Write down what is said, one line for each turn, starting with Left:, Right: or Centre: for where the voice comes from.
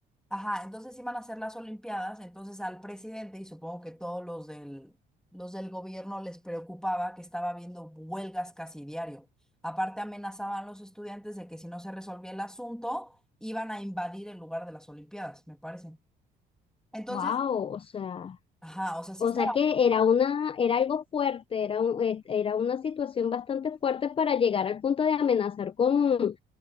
Centre: ajá, entonces iban a hacer las Olimpiadas, entonces al presidente y supongo que todos los del, los del gobierno les preocupaba que estaba habiendo huelgas casi diario. Aparte amenazaban a los estudiantes de que si no se resolvía el asunto, iban a invadir el lugar de las Olimpiadas, me parece. Entonces,
Left: Wow, o sea.
Centre: ajá, o sea, sí
Left: O
Centre: estaba,
Left: sea que era una, era algo fuerte, era un- eh, era una situación bastante fuerte para llegar al punto de amenazar con,